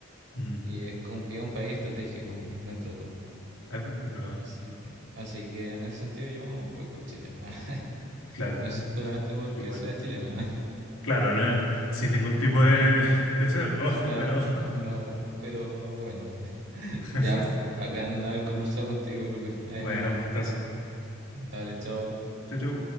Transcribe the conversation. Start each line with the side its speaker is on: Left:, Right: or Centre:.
Left: Mm,
Right: y es, como- y es un país estratégico dentro de todo.
Left: es, ve- es verdad.
Right: Así que, así que en ese sentido yo voy por Chile. <laughs>
Left: Claro,
Right: No es
Left: <laughs>
Right: solamente porque
Left: igual.
Right: sea chileno, ¿ah?
Left: Claro, no- sin ningún tipo de,
Right: No,
Left: de sesgo,
Right: claro,
Left: <laughs> pero
Right: no, pero bueno,
Left: <laughs>
Right: ya, po, bacán haber conversado contigo, Lucas. Ahí
Left: bueno,
Right: nos vemos.
Left: un gustazo.
Right: Dale, chao.
Left: Chau, chau.